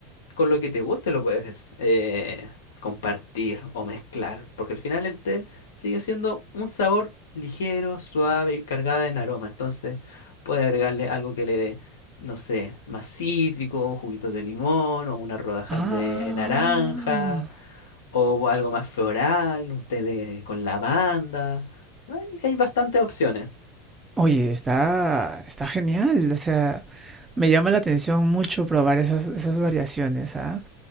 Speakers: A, on the left (about 75°); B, on the right (about 20°).
A: con lo que te guste lo puedes eh, compartir o mezclar, porque al final el té sigue siendo un sabor ligero, suave y cargada en aroma. Entonces, puede agregarle algo que le dé, no sé, más cítrico, juguitos de limón o unas rodajas
B: Ah.
A: de naranja o algo más floral, un té de, con lavanda. Hay, hay bastantes opciones.
B: Oye, está, está genial. O sea, me llama la atención mucho probar esas, esas variaciones, ¿ah?